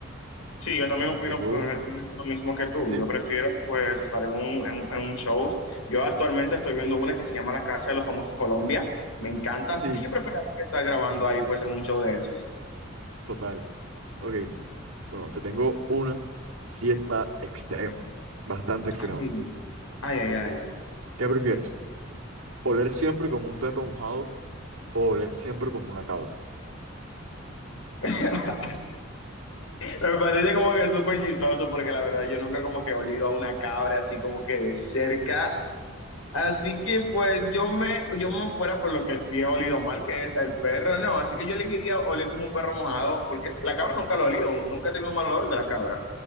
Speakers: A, on the left; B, on the right.
A: Sí, yo también opino
B: Tengo,
A: correctamente lo mismo que tú.
B: ¿sí?
A: Yo prefiero pues estar en un, en, en un show. Yo actualmente estoy viendo una que se llama La Casa de los Famosos Colombia. Me encanta,
B: Sí,
A: así que yo prefiero estar grabando ahí pues en un show de esos.
B: total. Ok, bueno, te tengo una siesta extrema, bastante extrema.
A: Ay, ay, ay, ay.
B: ¿Qué prefieres? ¿Oler siempre como un perro mojado o oler siempre como una cabra?
A: <laughs> Me parece como que súper chistoso porque la verdad yo nunca como que he olido a una cabra así como que de cerca. Así que pues yo me, yo me fuera por lo que sí ha olido mal, que es el perro, no. Así que yo elegiría oler como un perro mojado, porque es- la cabra nunca lo he olido, nunca he tenido un mal olor de la cabra.